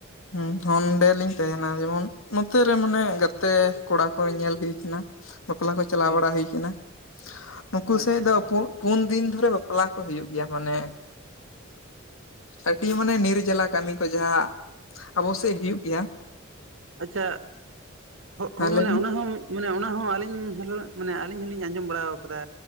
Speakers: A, on the left; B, on the right.
A: ᱦᱮᱸ ᱚᱸᱰᱮ ᱞᱤᱧ ᱛᱟᱦᱮᱱᱟ ᱡᱮᱢᱚᱱ ᱱᱚᱛᱮ ᱨᱮ ᱢᱟᱱᱮ ᱜᱟᱛᱮ ᱠᱚᱲᱟ ᱠᱚ ᱧᱮᱞ ᱦᱩᱭ ᱠᱟᱱᱟ ᱾ ᱵᱟᱯᱞᱟ ᱠᱚ ᱪᱟᱞᱟᱣ
B: ᱦᱳᱭ
A: ᱵᱟᱲᱟ ᱦᱩᱭ ᱟᱠᱟᱱᱟ ᱱᱩᱠᱩ
B: ᱟᱪᱪᱷᱟ
A: ᱥᱮᱡ
B: ᱟᱪᱪᱷᱟ
A: ᱫᱚ <inaudible> ᱯᱩᱱ ᱫᱤᱱ ᱫᱷᱚᱨᱮ ᱵᱟᱯᱞᱟ ᱠᱚ ᱦᱩᱭᱩᱜ ᱜᱮᱭᱟ ᱢᱟᱱᱮ ᱟᱹᱰᱤ ᱢᱟᱱᱮ ᱱᱤᱨ ᱡᱟᱞᱟ ᱠᱟᱹᱢᱤ ᱠᱚ ᱡᱟᱦᱟ, ᱸ ᱟᱵᱚ ᱥᱮᱫ ᱦᱩᱭᱩᱜ ᱜᱮᱭᱟ ᱾
B: ᱟᱪᱪᱷᱟ
A: ᱦᱮᱸ
B: ᱦᱳ ᱢᱟᱱᱮ
A: ᱞᱟᱹᱭ ᱵᱤᱱ
B: ᱚᱱᱟ ᱦᱚᱸ ᱢᱟᱱᱮ ᱚᱱᱟ ᱦᱚᱸ ᱟᱹᱞᱤᱧ ᱦᱚᱸ ᱢᱟᱱᱮ ᱟᱹᱞᱤᱧ ᱦᱚᱸᱞᱤᱧ ᱟᱸᱡᱚᱢ ᱵᱟᱲᱟ ᱟᱠᱟᱫᱟ᱾